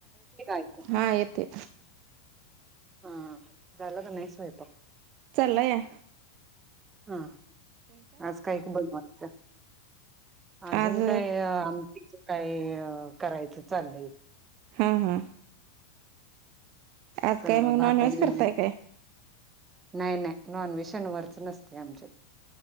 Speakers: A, on the right; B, on the right.
A: ऐकू
B: हा येते
A: हा झाला कि नाही सयंपाक
B: चालाया.
A: हा. आज काही बनवचायचं अजून
B: आज
A: काय आमटीच काय करायचं चाललल.
B: हा... हा...
A: फक्त
B: आज काय मग
A: भातानी.
B: नॉनव्हेज करताय काय
A: नाही नाही.. नॉन-व्हेज शनिवार चं नसत आमच्यात.